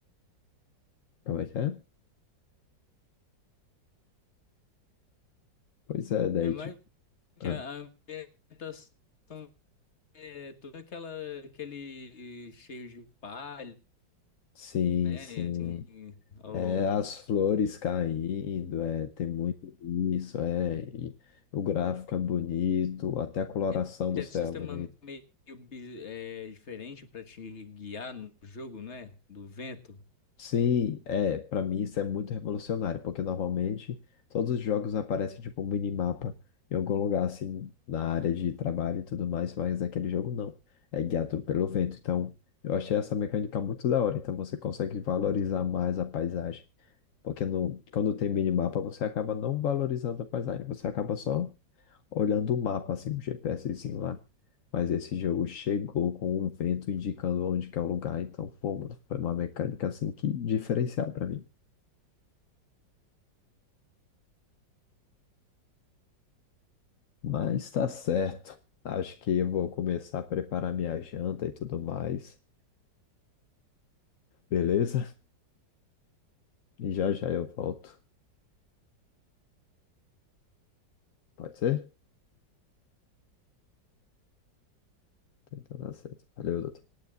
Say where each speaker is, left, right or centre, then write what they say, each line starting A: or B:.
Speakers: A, on the left (about 55°); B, on the left (about 40°).
A: como é que é? Pois é, daí
B: é mais
A: tipo...
B: que
A: Ah,
B: a a ambientação. é todo aquela, aquele cheio de palha,
A: sim,
B: né?
A: sim.
B: Assim, ao,
A: É
B: ao-
A: as flores caindo, é, tem muito isso, é, e o gráfico é bonito, até a coloração
B: é até
A: do céu
B: um sistema
A: é bonita.
B: meio bi- é, diferente para te guiar no jogo, não é? Do vento.
A: Sim, é, para mim isso é muito revolucionário, porque normalmente todos os jogos aparecem tipo um minimapa em algum lugar assim, na área de trabalho e tudo mais, mas aquele jogo não, é guiado pelo vento. Então, eu achei essa mecânica muito da hora, então você consegue valorizar mais a paisagem. Porque no, quando tem minimapa, você acaba não valorizando a paisagem, você acaba só olhando o mapa, assim, o GPSzinho lá. Mas esse jogo chegou com um vento indicando onde que é o lugar, então, pô, mano, foi uma mecânica, assim, que diferencial pra mim. Mas tá certo. Acho que eu vou começar a preparar minha janta e tudo mais, beleza? E já já eu volto. Pode ser? Então tá certo. Valeu, doutor.